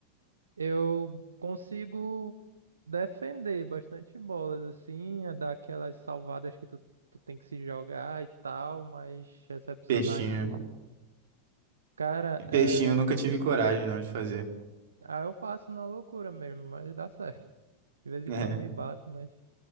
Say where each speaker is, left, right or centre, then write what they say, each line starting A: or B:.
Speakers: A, on the right; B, on the right.
A: Eu consigo defender bastante bolas, assim, é dar aquelas salvadas que tu, tu tem que se jogar e tal, mas recepcionar
B: Peixinho.
A: em si. Cara,
B: Peixinho
A: é.
B: eu nunca tive coragem não de fazer.
A: Ah, eu faço na loucura mesmo, mas dá certo. De vez em
B: É.
A: quando me bato, mas